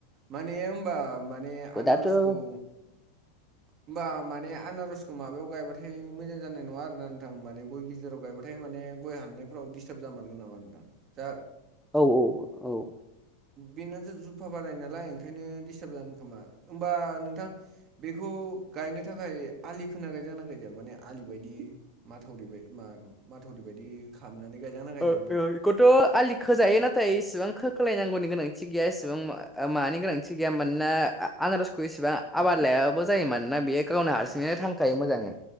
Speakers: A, on the right; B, in the centre.
A: माने होनबा माने आनारसखौ
B: दाथ' औ
A: होमबा माने आनारसखौ माबायाव गायबाथाय मोजां जानाय नङा आरो ना नोंथां माने गय गेजेराव गायबाथाय माने गय हाननायफोराव दिडिस्टार्ब जामारगोन नामा नोंथां जा
B: औ औ औ।
A: बेनो जुफा बाराय नालाय ओंखायनो दिडिस्टार्ब जानो खोमा होमबा नोंथां बे खौ गायनो थाखाय आलि खोना गायजा ना गायजाया माने आलि बायदि माथावरि माथावरि बायदि खालामनानै गायजागोना गायजाया
B: बेखौथ'
A: नोंथां
B: आलि खोजायो नाथाय इसिबां खोखोलायनांगौनि गोनांथि गैया इसेबां माबानि गोनांथि गैया मानोना आनाजखौ इसेबां आबाद फोरलायाबो जायो मानोना बेयो गावनो हारसिङैनो थांखायो मोजाङै